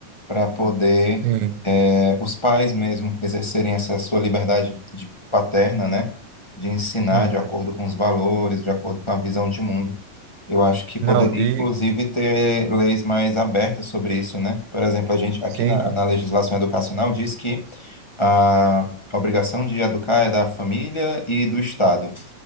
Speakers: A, on the left (about 20°); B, on the right (about 85°).
A: para poder
B: Sim.
A: é, os pais mesmo exercerem essa sua liberdade de paterna, né? De ensinar
B: Uhum.
A: de acordo com os valores, de acordo com a visão de mundo. Eu acho que poderia,
B: Não, e
A: inclusive, ter leis mais abertas sobre isso, né? Por exemplo, a gente aqui
B: sim,
A: na na legislação educacional diz que a a obrigação de educar é da família e do Estado.